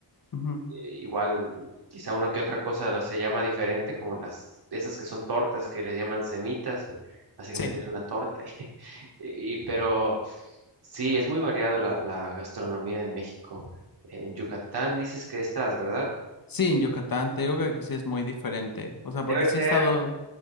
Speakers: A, on the left; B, on the right.
A: ujú.
B: eh, igual, quizá uno que otra cosa se llama diferente, como las, esas que son tortas, que les llaman semitas, básicamente
A: Sí.
B: es una torta, <laughs> y, y- pero sí, es muy variada la, la gastronomía en México. En Yucatán dices que estás, ¿verdad?
A: Sí, en Yucatán, te digo
B: No.
A: que aquí sí es muy diferente. O sea,
B: Debe
A: porque sí
B: ser.
A: he estado...